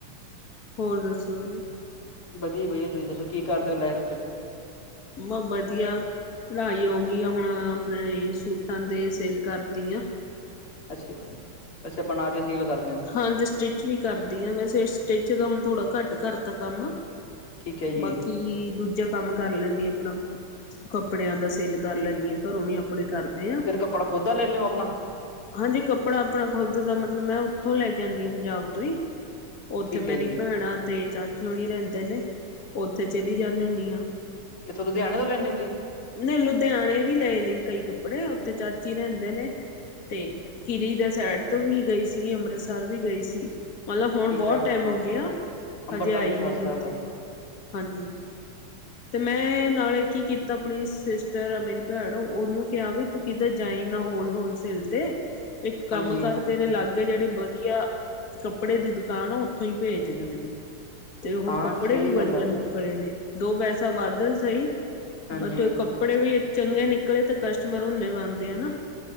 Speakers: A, on the left; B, on the left.
A: ਹੋਰ, ਦੱਸੋ ਤੁਸੀਂ?
B: ਵਦੀਆ- ਵਦੀਆ ਤੁਸੀ ਦੱਸੋ, ਕੀ ਕਾਰਦੇ ਓ ਲਾਈਫ ਚ?
A: ਮੈ ਵਧੀਆ। ਪੜਾਈ ਹੋ ਗਈ ਆ ਹੁਣ ਆਪਣੇ ਸੂਟਾਂ ਤੇ ਸੇਲ ਕਰਦੀ ਆਂ।
B: ਅੱਛਾ-ਅੱਛਾ, ਬਣਾ ਕੇ ਸੇਲ ਕਰਦੇ ੳ।
A: ਹਾਂਜੀ, ਸਟਿਚ ਵੀ ਕਰਦੀ ਆਂ ਵੈਸੇ ਸਟਿਚ ਦਾ ਹੁਣ ਥੋੜਾ ਘੱਟ ਕਰਤਾ ਕੰਮ।
B: ਠੀਕ ਹੈ ਜੀ
A: ਬਾਕੀ ਦੂਜਾ ਕੰਮ ਕਰ ਲੈਂਨੀ ਆਂ ਅਪਣਾ, ਕੱਪੜਿਆਂ ਦਾ ਸੇਲ ਕਰ ਲੈਂਨੀ ਆਂ ਕਰੋਂ ਈ ਅਪ ਕੱਪੜੇ ਕਰਦੇ ਆਂ,
B: ਫਿਰ ਕੱਪੜਾ ਖੁਦ ਦਾ ਲੈਂਦੇ ਹੋ ਆਪਣਾ
A: ਹਾਂਜੀ ਕੱਪੜਾ ਆਪਣਾ ਖੁੱਦ ਦਾ ਮਤਲਬ ਮੈਂ ਉੱਥੋਂ ਲੈ ਕੇ ਆਨੀ ਆਂ ਪੰਜਾਬ ਤੋਂ ਈਂ, ਉੱਥੇ
B: ਠੀਕ
A: ਮੇਰੀ
B: ਹੈ ਜੀ
A: ਭੈਣਾਂ ਤੇ ਚਾਚ ਚੀ ਹੁਣੀ ਰੈਂਦੇ ਨੇਂ, ਉੱਥੇ ਚਲੀ ਜਾਂਨੀ ਹੁੰਨੀ ਆਂ।
B: ਕਿੱਥੋਂ ਲੁਧਿਆਣੇ ਤੋਂ ਲੈਂਨੇ ੳਂਗੇ।
A: ਨਈ ਲੁਧਿਆਣੇ ਵੀ ਲਏ ਨੇ ਕਈ ਕੱਪੜੇ, ਉੱਥੇ ਚਾਚੀ ਰਹਿੰਦੇ ਨੇਂ। ਤੇ ਕਿਲੀ ਦੇ ਸੈਡ ਤੋਂ ਵੀ ਗਈ ਸੀ ਅੰਮ੍ਰਿਤਸਰ ਵੀ ਗਈ ਸੀ। ਮਤਲਵ ਹੁਣ
B: ਠੀਕ
A: ਬਹੁਤ
B: ਆ
A: ਟੈਮ
B: ਹਾਂ
A: ਹੋ ਗਿਆ,
B: ਅੰਬਰਸਰ
A: ਹਜੇ ਆਈ
B: ਵੀ ਸਸਤਾ
A: ਨੀਂ ਗੀ ਉੱਥੇ
B: ਹੈਗਾ
A: ਹਾਂਜੀ। ਤੇ ਮੈਂ ਨਾਲੇ ਕੀ ਕੀਤਾ ਆਪਣੇ ਸਿਸਟਰ ਆ ਮੇਰੀ ਪੈਣ ਉਹਨੂੰ ਕਿਹਾ ਵੀ ਤੂੰ ਕਿਤੇ ਜਾਈਂ ਨਾ ਹੋਲ-ਹੋਲ ਸੇਲ ਤੇ ਇੱਕ ਕੰਮ
B: ਹਾਂਜੀ
A: ਕਰ ਤੇਰੇ ਲਾਗ ਗੇ ਜਿਹੜੇ ਬਧੀਆ ਕੱਪੜੇ ਦੀ ਦੁਕਾਨ ਆ ਉੱਥੋਂ ਹੀ ਪੇਜਦੇ ਮੈਨੂੰ। ਤੇ ਉਹ
B: ਹਾਂ
A: ਕੱਪੜੇ
B: ਸਹੀ
A: ਵੀ ਵਧੀਆ
B: ਗੱਲ ਆ
A: ਨਿਕਲੇ ਨੇ, ਦੋ ਪੈਸੇ ਸਭ ਵਾਧ ਸਹੀ
B: ਹਾਂਜੀ
A: ਬਟ ਕੱਪੜੇ ਵੀ ਚੰਗੇ ਨਿਕਲੇ ਤੇ ਕਸਟਮਰ ਹੁੰਨੇ ਬਣਦੇ ਆ ਨਾਂ।